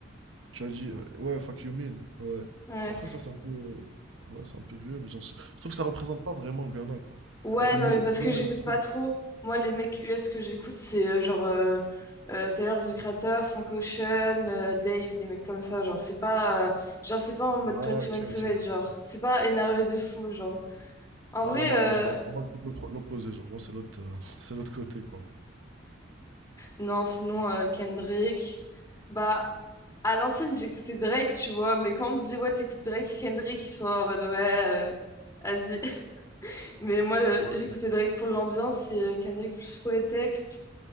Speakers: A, on the right; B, on the left.
A: Tu as dit, euh, ouais, fuck you mean, ouais.
B: Ouais.
A: Mais Après, ça, c'est un peu. Ouais, c'est un peu vieux, mais genre, je je trouve que ça représente pas vraiment Ghana, quoi.
B: Ouais,
A: Il y a de
B: non,
A: me-
B: mais parce
A: bien
B: que j'écoute
A: meilleurs trucs.
B: pas trop. Moi, les mecs US que j'écoute, c'est euh, genre euh, euh, Tyler, The Creator, Frank Ocean, euh, Dave, des mecs comme ça. Genre, c'est pas, euh, genre, c'est pas en mode
A: Ouais,
B: Twenty
A: ok,
B: One Savage,
A: ok.
B: genre. C'est pas énervé de fou, genre. En
A: Ah
B: vrai,
A: non, non,
B: euh,
A: moi j'écoute moi, j'écoute l'autre- l'opposé, genre moi c'est l'autre euh, <laughs> c'est l'autre côté quoi.
B: non, sinon, euh, Kendrick. Bah, à l'ancienne, j'écoutais Drake, tu vois, mais quand on me dit, ouais, t'écoutes Drake et Kendrick, ils sont là en mode, ouais, euh, vas-y. Mais moi, euh,
A: Ouais,
B: j'écoutais Drake pour l'ambiance et euh, Kendrick plus pour les textes.